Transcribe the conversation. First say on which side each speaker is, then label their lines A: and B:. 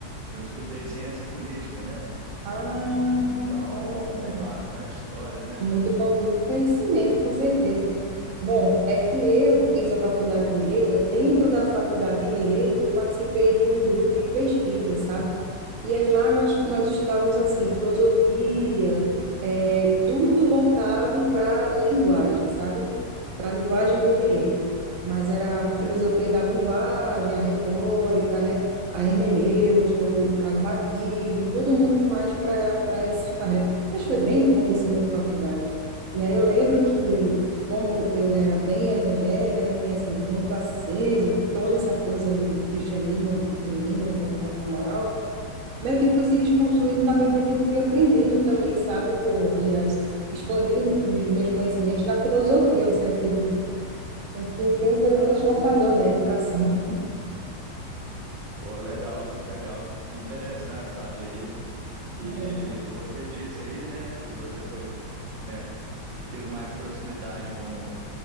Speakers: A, on the right; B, on the right.
A: Eu estudei ciência política, né?
B: Ah,
A: Então,
B: bacana.
A: tem bastante história, né?
B: Muito bom, muito conhecimento, com certeza. Bom, é que eu fiz a faculdade de Direito, aí dentro da faculdade de Direito eu participei de um grupo de pesquisa, sabe? E aí lá nós, nós estudávamos assim, filosofia, é, tudo voltado para linguagem, sabe? Para a linguagem do direito. Mas era
A: Entendi.
B: a filosofia da linguagem, a retórica, né? A hermenêutica, o pragmatismo, tudo muito mais para essa <laughs> área. Mas foi bem no começo da faculdade. E aí eu lembro que, como eu era bem evangélica, né, tinha assim, muito aceso toda essa coisa do, do cristianismo em mim, na, na minha moral, meio que foi se desconstruindo na medida que eu fui aprendendo também, sabe? Ou, aliás, expandindo os meus conhecimentos na filosofia, você acredita? É que tem um poder
A: Ah,
B: transformador,
A: sim.
B: né? A educação.
A: Pô, legal, legal. Que, que interessante saber isso. E
B: né?
A: você disse aí, né, que você foi, né, teve mais proximidade com,